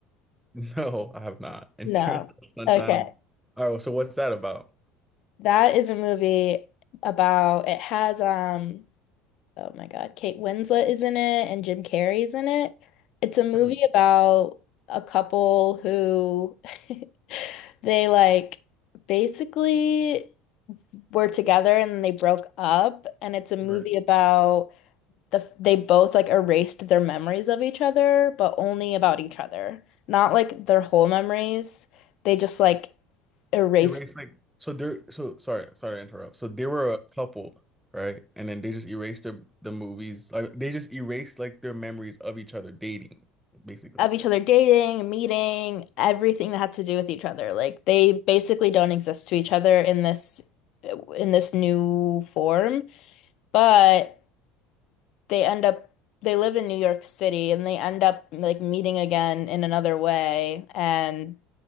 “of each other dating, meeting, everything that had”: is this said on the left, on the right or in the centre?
Left